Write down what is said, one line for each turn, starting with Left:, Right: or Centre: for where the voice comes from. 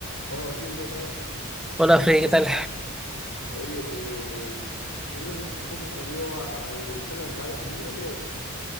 Left: Hola Martín, ¿cómo estás?
Centre: Hola Freddy, ¿qué tal?
Left: Oye, eh, yo creo que un poco salió a- al, sale al baile. Yo creo que ti-